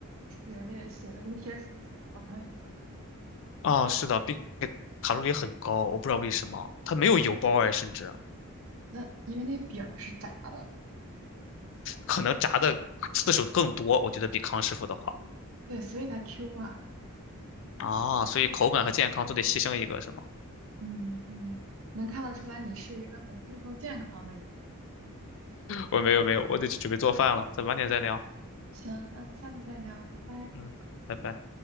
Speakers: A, on the right; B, on the left.
A: 是那写的跟天书似的，好长一串儿
B: 啊，是的，并且卡路里很高，我不知道为什么，它没有油包哎，甚至啊
A: 那因为那饼儿是炸的，
B: 可能炸的次数更多，我觉得比康师傅的话。
A: 对，所以它 Q 啊，
B: 啊，所以口感和健康都得牺牲一个，是吗？
A: 嗯嗯，能看得出来你是一个很注重健康的人。
B: 我没有没有，我得去准备做饭了，咱晚点再聊。
A: 行，那我们下次再聊，拜拜。
B: 嗯，拜拜。